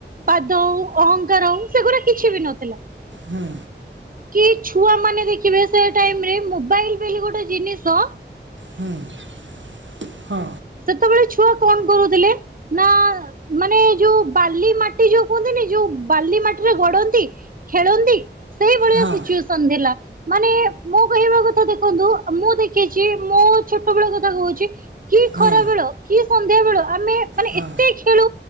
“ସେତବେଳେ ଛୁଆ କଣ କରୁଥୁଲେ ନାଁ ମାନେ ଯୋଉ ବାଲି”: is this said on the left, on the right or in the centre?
Right